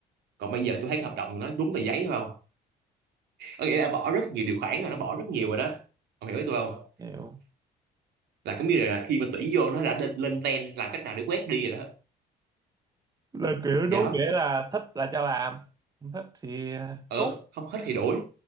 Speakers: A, on the right (about 75°); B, on the right (about 25°).
A: còn bây giờ tôi thấy cái hợp đồng của nó đúng tờ giấy phải không có nghĩa là bỏ rất nhiều điều khoản rồi nó bỏ rất nhiều rồi đó ông hiểu với tôi không
B: hiểu
A: là có nghĩa là khi mà tuyển vô nó đã lên, lên trend làm cách nào để quét đi rồi đó
B: là kiểu đúng
A: thì đó
B: nghĩa là thích là cho làm không thích thì à,
A: ờ
B: cút
A: không hết thì đuổi